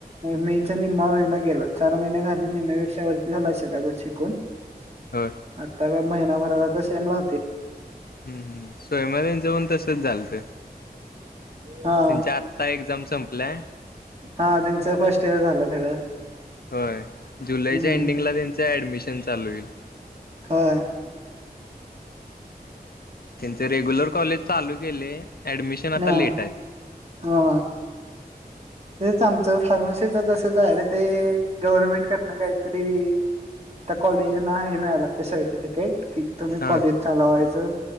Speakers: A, on the right (about 40°); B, on the left (about 70°).
A: मेच्या निम्मा महिना गेला चार महिने झाली नि पक्षा वती झाला असेलग शिकून
B: ह
A: आता व महिनाभराला तर सेम लागतील.
B: हम्म हम स्वयमाारीन जेवण तसच झालत.
A: हा
B: त्यांच्या आत्ता एक्झाम संपलंय.
A: हा त्यांचं फर्स्ट इयर झालं खरं.
B: होय जुलैच्या
A: हम्म
B: एंडिंगला त्यांचं ऍडमिशन चालू होईल.
A: होय
B: त्यांचे रेग्युलर कॉलेज चालू केले ऍडमिशन आता
A: ना
B: लेट आहे.
A: हा तेच आमचं फार्मसीच तसं जा आहे र ते गव्हर्नमेंट करनं काहीतरी. त्या कॉलेजना ह हे मिळाय लागते सर्टिफिकेट. क तुम्ही
B: हा
A: कॉलेज चालवायचं